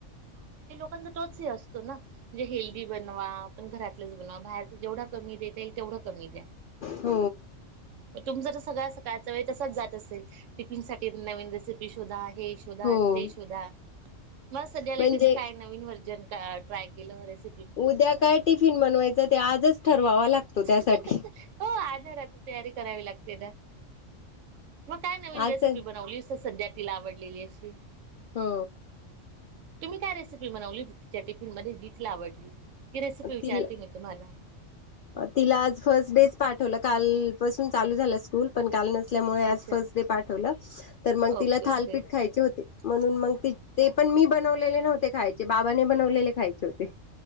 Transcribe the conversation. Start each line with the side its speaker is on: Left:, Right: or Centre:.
Right: पण तोच हे असतो ना म्हणजे हेल्दी बनवा आपण घरातलंच बनवा, बाहेरच जेवढा कमी देता येईल तेवढं कमी द्या
Left: हो
Right: ग तुमचा तर सगळ्या सकाळचा वेळ तसाच जात असेल टिफिन साठी नवीन रेसिपी सपी शोधा हे शोधा
Left: हो
Right: ते शोधा मला सध्या लेटेस्ट
Left: म्हणजे
Right: काय नवीन व्हर्जन? हा ट्राय केलं रेसि
Left: उद्या काय टिफिन बनवायचं ते आजच ठर वावा लागतो, त्यासाठी
Right: हो आजाराची तयारी करावी लागते तर मग काय नवीन
Left: आज
Right: रेसिपी
Left: तर
Right: बनवलीस? सध्या तिला आवडलेली अशी?
Left: हो
Right: तुम्ही काय रेसिपी बनवली तिच्या टिफिन मध्ये जि तिला आवडली? ती रेसिपी विचारते
Left: ति
Right: मी तुम्हाला.
Left: तिला आज फर्स्ट डे च पाठवलं काल पसून चालू झालं स्कूल पण काल न ल्यामुळे आज
Right: अच्छा
Left: फर्स्ट डे पाठवलं, तर मग
Right: ओके
Left: तिला थालपीठ
Right: ओके
Left: खायचे होते. म्हणून मग ते पण मी बनवलेले नव्हते खायचे बाबाने बनवलेले खायचे होते.